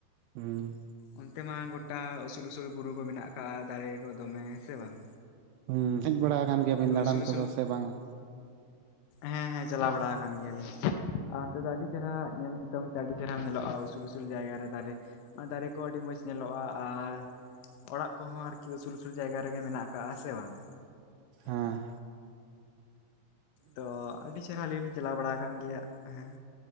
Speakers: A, on the right; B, on the left.
A: ᱦᱩᱸ
B: ᱚᱱᱛᱮ ᱢᱟ ᱜᱚᱴᱟ ᱩᱥᱩᱞ ᱩᱥᱩᱞ ᱵᱩᱨᱩ ᱠᱚ ᱢᱮᱱᱟᱜ ᱟᱠᱟᱟᱜᱼᱟ ᱫᱟᱨᱮ ᱠᱚ ᱫᱚᱢᱮ ᱥᱮ ᱵᱟᱝ?
A: ᱦᱩᱸ ᱦᱮᱡ ᱵᱟᱲᱟ ᱟᱠᱟᱱ ᱜᱮᱭᱟᱵᱤᱱ
B: ᱚᱱᱠᱟ
A: ᱫᱟᱬᱟᱱ
B: ᱩᱥᱩᱞ ᱩᱥᱩᱞ
A: ᱠᱚᱫᱚ ᱥᱮ ᱵᱟᱝᱟ
B: ᱦᱮᱸ ᱦᱮᱸ ᱪᱟᱞᱟᱣ ᱵᱟᱲᱟ ᱟᱠᱟᱱ ᱜᱮᱭᱟᱞᱤᱧ ᱟᱨ ᱚᱱᱛᱮ ᱫᱚ ᱟᱹᱰᱤ ᱪᱮᱨᱦᱨᱟ ᱧᱮᱞ ᱛᱮ ᱟᱹᱰᱤ ᱪᱮᱨᱦᱨᱟ ᱧᱮᱞᱚᱜᱼᱟ ᱩᱥᱩᱞ ᱩᱥᱩᱞ ᱡᱟᱭᱜᱟᱟᱨᱮ ᱫᱟᱨᱮ ᱢᱮ ᱫᱟᱨᱮ ᱠᱚ ᱟᱹᱰᱤ ᱢᱚᱸᱡᱽ ᱧᱮᱞᱚᱜᱼᱟ ᱟᱨ ᱚᱲᱟᱜ ᱠᱚᱦᱚᱸ ᱟᱨᱠᱤ ᱩᱥᱩᱞᱼᱩᱥᱩᱞ ᱡᱟᱭᱜᱟ ᱨᱮᱜᱮ ᱢᱮᱱᱟᱜ ᱠᱟᱜᱼᱟ ᱥᱮ ᱵᱟᱝ?
A: ᱦᱮ
B: ᱛᱚ ᱟᱹᱰᱤ ᱪᱮᱦᱨᱟ ᱟᱹᱞᱤᱧ ᱞᱤᱧ ᱪᱟᱞᱟᱣ ᱵᱟᱲᱟ ᱟᱠᱟᱱ ᱜᱮᱭᱟ ᱦᱮᱸ